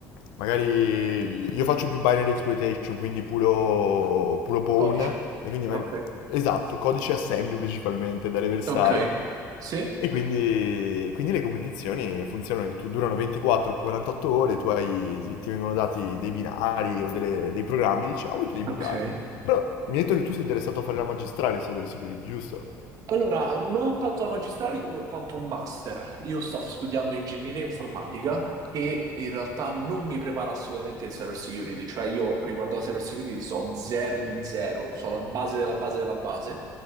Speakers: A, on the left; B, on the right.
A: magari io faccio più binary exploitation, quindi puro, puro pawn,
B: Codice.
A: e quindi ma-
B: Ok.
A: esatto, codice assembly principalmente da reversare.
B: Ok. Sì?
A: E quindi, quindi le competizioni funzionano, che tu- durano 24-48 ore, tu hai, ti, ti vengono dati dei binari o delle- dei programmi, diciamo, e tu devi
B: Ok.
A: bucarli. Però mi hai detto che tu sei interessato a fare la magistrale in cyber security, giusto?
B: Allora, non tanto la magistrale come quanto un master. Io sto studiando ingegneria informatica che in realtà non mi prepara assolutamente in cyber security, cioè io riguardo alla cyber security so zero di zero, so la base della base della base,